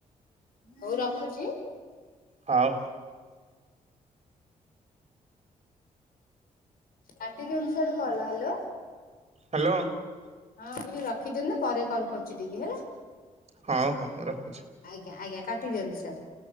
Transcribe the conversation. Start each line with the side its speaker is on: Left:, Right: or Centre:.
Left: ହଉ ରଖୁଛି।
Right: ହଉ।
Left: କାଟିଦିଅନ୍ତୁ ସେୟାଡୁ କଲ୍। Hello
Right: hello.
Left: ହଁ ମୁଁ କହିଲି ରଖିଦିଅନ୍ତୁ ପରେ କଲ୍ କରୁଛି ଟିକେ ହେଲା।
Right: ହଁ ହଁ ରଖୁଛି।
Left: ଆଜ୍ଞା ଆଜ୍ଞା କାଟିଦିଅନ୍ତୁ ସିଆଡୁ।